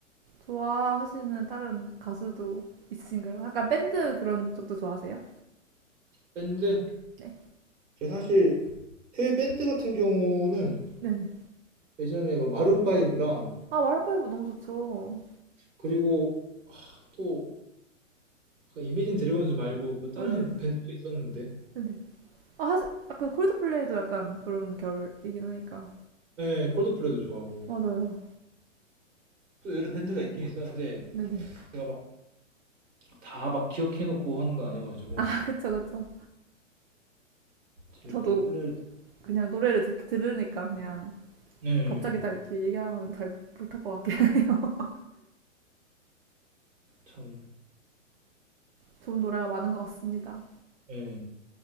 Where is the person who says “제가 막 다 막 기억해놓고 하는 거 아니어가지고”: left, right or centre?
Right